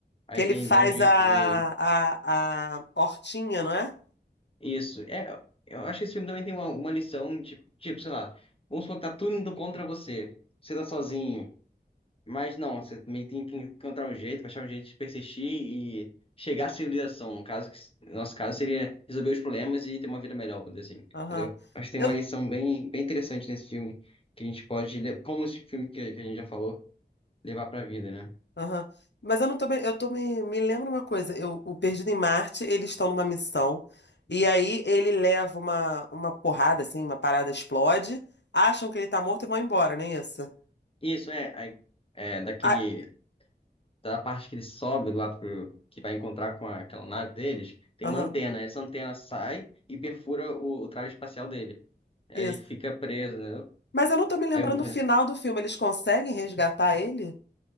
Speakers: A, on the left (about 30°); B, on the left (about 80°).
A: Aí
B: que ele
A: tem,
B: faz
A: dá um jeito
B: a,
A: de.
B: a, a hortinha, não é?
A: Isso. É, eu acho que esse filme também tem uma, uma lição de, tipo, sei lá, vamos supor que tá tudo indo contra você. Você tá sozinho. Mas não, você também tem que encontrar um jeito, achar um jeito de persistir e chegar à civilização. No caso, que- no nosso caso, seria resolver os problemas e ter uma vida melhor, por dizer assim,
B: Aham.
A: entendeu? Acho que tem
B: Eu,
A: uma lição bem, bem interessante nesse filme, que a gente pode, le- como esse filme que, que a gente já falou, levar pra vida, né?
B: aham. Mas eu não tô, me- eu tô me, me lembro uma coisa, eu, o Perdido em Marte, eles estão numa missão, e aí ele leva uma, uma porrada, assim, uma parada explode, acham que ele tá morto e vão embora, não é isso?
A: Isso é, aí- é daquele,
B: Ah,
A: da parte que ele sobe lá pro, que vai encontrar com a- aquela nave deles, tem
B: Aham,
A: uma antena. Essa antena sai e perfura o, o traje espacial dele. Aí
B: isso.
A: ele fica preso, né?
B: Mas eu não tô me lembrando
A: Aí o
B: o final do filme, eles conseguem resgatar ele?